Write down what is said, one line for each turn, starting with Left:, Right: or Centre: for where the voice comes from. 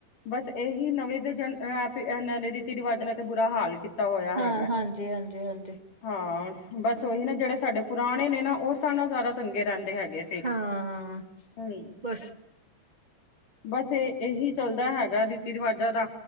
Left: ਬਸ ਇਹੀ ਨਵੇਂ ਦੇ ਜਨ ਅ ਇਹਨਾਂ ਦੇ ਰੀਤੀ ਰਿਵਾਜਨਾਂ ਤੇ ਬੁਰਾ ਹਾਲ ਕੀਤਾ ਤਾਂ ਹੋਇਆ ਹੈਗਾ
Right: ਹਾਂ ਹਾਂਜੀ ਹਾਂਜੀ ਹਾਂਜੀ
Left: ਹਾਂ ਬਸ ਉਹੀ ਨਾ ਜਿਹੜੇ ਸਾਡੇ ਪੁਰਾਣੇ ਨੇ ਨਾ ਉਹ ਸਾਨਾ ਸਾਰਾ ਚੰਗੇ ਰਹਿੰਦੇ ਹੈਗੇ ਸੀ
Right: ਹਾਂ
Left: ਹਮ
Right: ਬਸ
Left: ਬਸ ਇਹ ਇਹੀ ਚੱਲਦਾ ਹੈਗਾ ਰੀਤੀ ਰਿਵਾਜਾਂ ਦਾ